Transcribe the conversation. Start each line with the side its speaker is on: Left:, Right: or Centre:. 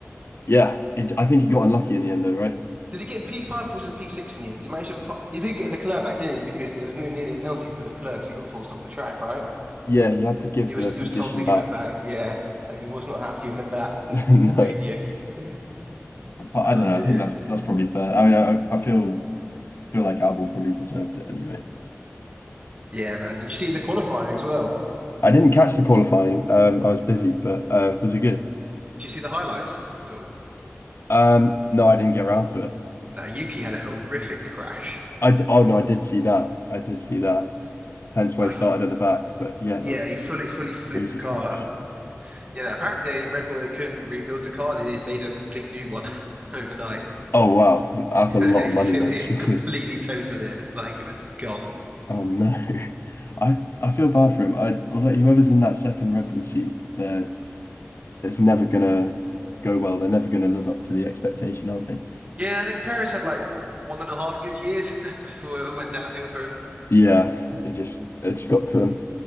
Left: yeah. It, I think he got unlucky in the end, though, right?
Right: Did he get P5 or was it P6 in the end? Did he manage to put, he did get Leclerc back, didn't he? Because there was no- nearly a penalty for Leclerc because he got forced off the track, right?
Left: Yeah, he had to give
Right: He was
Left: the position
Right: he was told to give
Left: back.
Right: it back, yeah. And he was not happy with that. <laughs> This
Left: <laughs> No,
Right: is radios. <laughs>
Left: but I
Right: Oh
Left: don't know.
Right: dear.
Left: I think that's that's probably fair. I mean, I, I feel feel like Albon probably deserved it anyway.
Right: Yeah, man. Did you see the qualifying as well?
Left: I didn't catch the qualifying. Um, I was busy, but uh, was it good?
Right: Did you see the highlights at all?
Left: Um, no, I didn't get around to it.
Right: No, Yuki had a horrific crash.
Left: I d- oh no, I did see that. I did see that. Hence why
Right: Like
Left: I started
Right: he
Left: at the back. But yeah,
Right: yeah,
Left: that was
Right: he fully fully flipped
Left: crazy
Right: the car.
Left: crash.
Right: Uh, You know, apparently they Red Bull they couldn't rebuild the car. They made a complete new one <laughs> overnight
Left: Oh wow, that's
Right: <laughs>
Left: a lot
Right: it,
Left: of money
Right: it
Left: then, <laughs> surely.
Right: completely totaled it. Like it was gone.
Left: Oh no, <laughs> I I feel bad for him. I like whoever's in that second Red Bull seat, they're it's never gonna go well. They're never gonna live up to the expectation, are they?
Right: Yeah, I think Paris had like one and a half good years <laughs> before it all went downhill for him.
Left: Yeah, it just it just got to him.